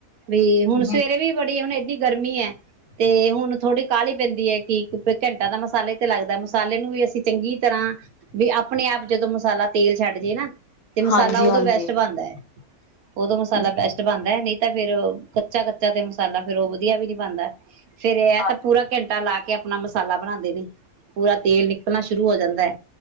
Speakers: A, on the right; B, on the left.
A: ਵੀ ਹੁਣ
B: ਜੀ
A: ਸਵੇਰੇ ਵੀ ਬੜੀ ਹੁਣ ਏਡੀ ਗਰਮੀ ਐ, ਤੇ ਹੁਣ ਥੋੜੀ ਕਾਹਲੀ ਪੈਂਦੀ ਹੈ, ਕਿ ਘੰਟਾ ਦਾ ਮਸਾਲੇ ਤੇ ਲੱਗਦਾ ਮਸਾਲੇ ਨੂੰ ਵੀ ਅ ਚੰਗੀ ਤਰ੍ਹਾਂ ਵੀ ਆਪਣੇ ਆਪ ਜਦੋਂ ਮਸਾਲਾ ਤੇਲ ਛੱਡ ਜੇ ਨਾ ਤੇ ਮਸਾਲਾ
B: ਹਾਂਜੀ-ਹਾਂਜੀ
A: ਉਦੋਂ ਬੈਸਟ ਬਣਦਾ ਹੈ ਉਦੋਂ ਮਸਾਲਾ
B: ਜੀ
A: ਬੈਸਟ ਬਣਦਾ ਹੈ ਨਹੀਂ ਤਾਂ ਫੇਰ ਕੱਚਾ ਕੱਚਾ ਤੇ ਮਸਾਲਾ ਫੇਰ ਉਹ ਵਧੀਆ ਵੀ ਨਹੀਂ ਬਣ ਦਾ ਫੇਰ ਇਹ
B: ਹਾਂ
A: ਤਾਂ ਪੂਰਾ ਘੰਟਾ ਲਾ ਕੇ ਆਪਣਾ ਮਸਾਲਾ ਬਣਾਉਂਦੇ ਨੇ ਪੂਰਾ ਤੇਲ ਨਿਕਲਣਾ ਸ਼ੁਰੂ ਹੋ ਜਾਂਦਾ ਹੈ।